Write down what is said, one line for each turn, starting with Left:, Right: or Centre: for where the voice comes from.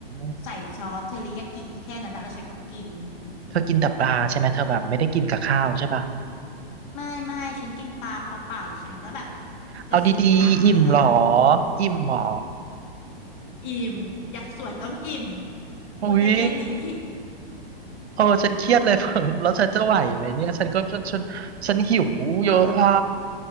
Right: ม
Left: ใส่ซอสเทอริยากิแค่นั้นนะแล้วฉันก็กิน
Right: เธอกินแต่ปลาใช่ไหมเธอแบบไม่ได้กินกับข้าวใช่ป่ะ
Left: ไม่ไม่ฉันกินปลาเปล่าๆหรือฉันก็แบบไปซื้อผักมา
Right: เอาดีๆอิ่มเหรออิ่มเหรอ
Left: อิ่มอยากสวยต้องอิ่ม
Right: อุ้ย
Left: พูดได้แค่นี้
Right: เออฉันเครียดเลย <laughs> แล้วฉันจะไหวไหมเนี่ยฉันก็ฉันฉันฉันหิวเยอะอ่ะ
Left: ไหว